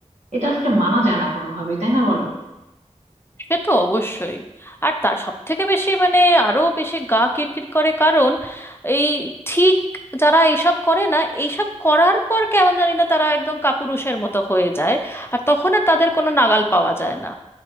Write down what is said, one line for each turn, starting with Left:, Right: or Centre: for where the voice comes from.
Right: এটা আসলে মানা যায় না কোনোভাবেই তাই না বলো
Left: সে তো অবশ্যই আর তার সব থেকে বেশি মানে আরো বেশি গা কিরকির করে কারণ এই ঠিক যারা এইসব করে না এইসব করার পর কেমন জানি না তারা একদম কাপুরুষের মতো হয়ে যায় আর তখন আর তাদের কোনো নাগাল পাওয়া যায় না